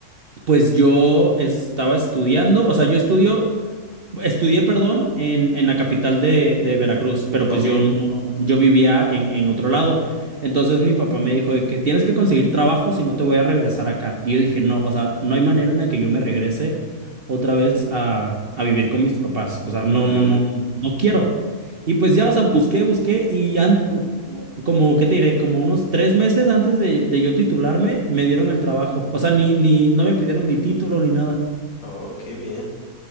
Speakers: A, on the right; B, on the left.
A: Pues yo estaba estudiando, o sea, yo estudio, estudié, perdón, en, en la capital de, de Veracruz, pero pues
B: Ok.
A: yo no, yo vivía en, en otro lado. Entonces mi papá me dijo de que tienes que conseguir trabajo si no te voy a regresar acá. Y yo dije, no, o sea, no hay manera en la que yo me regrese otra vez a, a vivir con mis papás. O sea, no,
B: Mm,
A: no, no, no quiero. Y pues ya, o sea, busqué, busqué y an- uj- como, ¿qué te diré? Como unos tres meses antes de, de yo titularme, me dieron el trabajo. O sea, ni, ni, no me pidieron ni título ni nada.
B: Oh, qué bien,